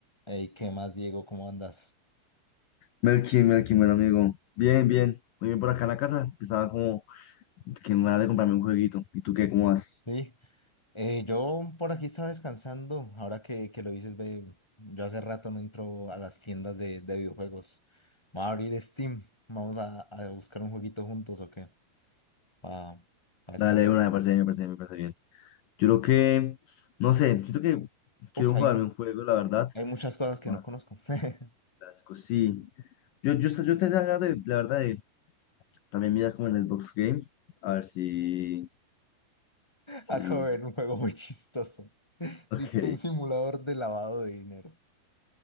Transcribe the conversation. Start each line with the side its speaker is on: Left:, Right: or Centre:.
Centre: Ey, ¿qué más, Diego? ¿Cómo andas?
Left: Melkin, Melkin, buen amigo. Bien, bien. Muy bien por acá en la casa. Estaba como que me van de comprarme un jueguito. ¿Y tú qué? ¿Cómo vas?
Centre: Sí, Eh, yo por aquí estaba descansando. Ahora que, que lo dices, ve, yo hace rato no entro a las tiendas de, de videojuegos. Vamos a abrir Steam. Vamos a, a buscar un jueguito juntos o qué. Para descargar.
Left: Dale, de una, me parece bien, me parece bien, me parece bien. Yo creo que, no sé, siento que
Centre: Uf,
Left: quiero
Centre: hay,
Left: jugarme
Centre: mu-
Left: un juego, la verdad.
Centre: hay muchas cosas que
Left: Más
Centre: no conozco. <laughs>
Left: clásico, sí. Yo, yo, yo tenía ganas de, la verdad, de también mirar como en el box Game. A ver si, si.
Centre: Acabo de ver un juego muy chistoso.
Left: <laughs> Ok,
Centre: Dice que un simulador de lavado de dinero.